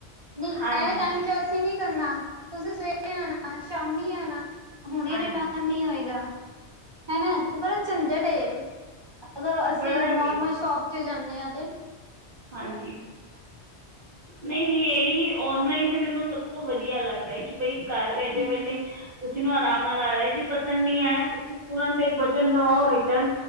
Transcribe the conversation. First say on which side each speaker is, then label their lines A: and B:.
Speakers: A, on the right; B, on the right.
A: ਨਹੀਂ
B: ਹਾਂਜੀ
A: ਏ ਟਾਈਮ 'ਚ ਤੁਸੀਂ ਨੀ ਕਰਨਾ। ਤੁਸੀਂ ਸਵੇਰੇ ਆਣਾ, ਸ਼ਾਮੀ ਆਉਣਾ ਹੁਣੇ
B: ਹਾਂਜੀ
A: ਰਿਟਰਨ ਨੀ ਹੋਏਗਾ। ਹੈਨਾ, ਤੇ ਬੜਾ ਝੰਝਟ ਏ। ਅਗਰ ਅਸੀਂ
B: ਬੜਾ
A: ਨੋਰਮਲ
B: ਹੀ
A: ਸ਼ੋਪ 'ਚ ਜਾਂਦੇ ਹਾਂ ਤੇ।
B: ਹਾਂਜੀ। ਨਹੀ, ਨਹੀ। ਇਹੀ ਔਨਲਾਈਨ ਤੇ ਮੈਨੂੰ ਸਭ ਤੋਂ ਵਧੀਆ ਲੱਗਦਾ ਕਿ ਬਈ ਘਰ ਬੈਠੇ
A: ਹੂੰ
B: ਬੈਠੇ
A: ਹੂੰ
B: ਤੁਸੀਂ ਨੂੰ ਆਰਾਮ ਨਾਲ ਆ ਰਹੇ ਸੀ ਪਸੰਦ ਨਹੀਂ ਆਇਆ ਤੁਸੀਂ ਤੁਰੰਤ ਇੱਕ ਬਟਨ ਦਵਾਓ ਰਿਟਰਨ।